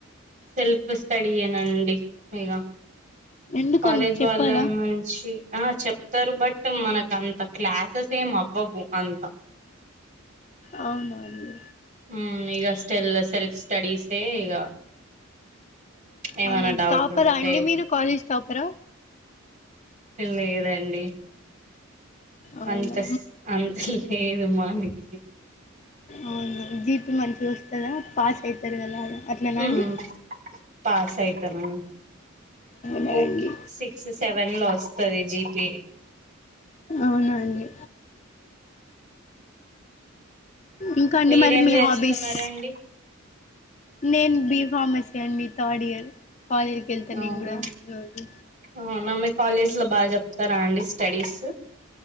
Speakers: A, on the right; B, on the left.
A: సెల్ఫ్ స్టడీ ఎనాండి ఈగ
B: ఎందుకండి
A: కాలేజ్
B: చెప్పాలా
A: వాళ్ళ నుంచి ఆ చెప్ప వస్తారు బట్ మనకు అంత క్లాసెస్ ఏం అవ్వవు అంత
B: అవునాండి
A: ఉమ్ ఇగ స్టెల్లో సెల్ఫ్ స్టడీసే ఇగ ఏమైనా
B: అవునండి
A: డౌట్
B: టాపర్
A: ఉంటే
B: ఆ అండి మీరు కాలేజ్ టాపరా
A: లేదండి
B: అవునా
A: అంత సి అంత లేదు మనకి
B: అవునా జీత్ మంచిగా వస్తుందా పాస్ అయితారు కదా ఆడ అట్లనా
A: మ్మ్
B: అండి
A: పాస్ అయితానా
B: అవునండి
A: ఓకే సి స్ సెవెన్ లో వస్తది జికె
B: అవునాండి ఇంకాండి
A: మీరేం
B: మరి మీ
A: చేస్తున్నారండి
B: హాబీస్ నేను బి ఫార్మసీ అండి థర్డ్ ఇయర్ కాలేజీకి వెళ్తా
A: అవును
B: నేను కూడా రోజు
A: అవునా మీ కాలేజ్ లో బా జేప్తారా అండి స్టడీస్